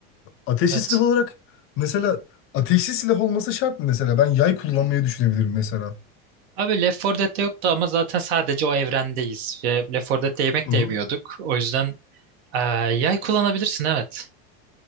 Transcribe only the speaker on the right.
Evet.
Abi Left 4 Dead'de yoktu ama zaten sadece o evrendeyiz. Ve Left 4 Dead'de yemek
de
yemiyorduk. O yüzden e, yay kullanabilirsin evet.